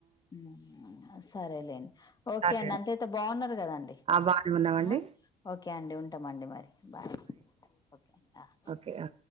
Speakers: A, on the left (about 25°); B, on the right (about 35°).
A: ఉమ్ సరేలేండి ఓకే
B: సరే
A: అండి అంతేతే బావుంన్నారు కదాండి.
B: బాగానే ఉన్నామండి
A: ఆహ్ ఓకే అండి ఉంటామండి మరి బాయ్ ఓకే ఆహ్.
B: ఓకే ఆ!